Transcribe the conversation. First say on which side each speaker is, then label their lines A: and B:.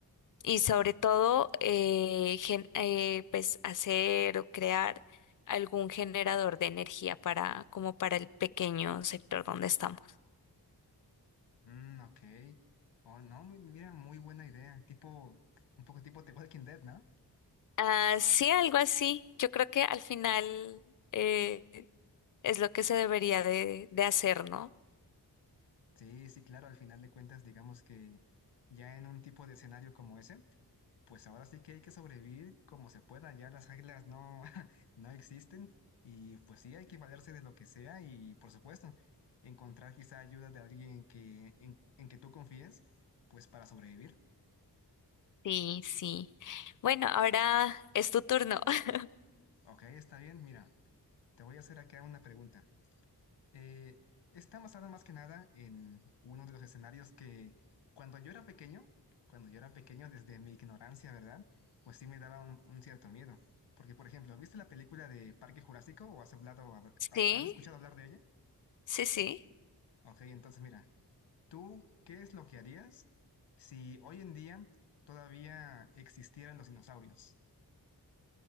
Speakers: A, on the left (about 50°); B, on the left (about 85°).
A: y sobre todo eh, gen- eh, pues hacer o crear algún generador de energía para como para el pequeño sector donde estamos.
B: Mm, ok. Oh, no, mi- mira, muy buena idea. Tipo, un poco tipo The Walking Dead, ¿no?
A: Ah, sí, algo así. Yo creo que al final eh, es lo que se debería de, de hacer, ¿no?
B: Sí, sí, claro, al final de cuentas, digamos que ya en un tipo de escenario como ese, pues ahora sí que hay que sobrevivir como se pueda, ya las reglas no, <laughs> no existen y pues sí hay que valerse de lo que sea y por supuesto, encontrar quizá ayuda de alguien que, en, en que tú confíes, pues para sobrevivir.
A: Sí, sí. Bueno, ahora es tu turno. <laughs>
B: Ok, está bien. Mira, te voy a hacer acá una pregunta. Eh, está basada más que nada en uno de los escenarios que cuando yo era pequeño, cuando yo era pequeño desde mi ignorancia, ¿verdad? Pues sí me daba un, un cierto miedo. Porque, por ejemplo, ¿viste la película de Parque Jurásico o has hablado, habl-
A: Sí,
B: ha- has escuchado hablar de ella?
A: sí, sí.
B: Ok, entonces mira, ¿tú qué es lo que harías si hoy en día todavía existieran los dinosaurios?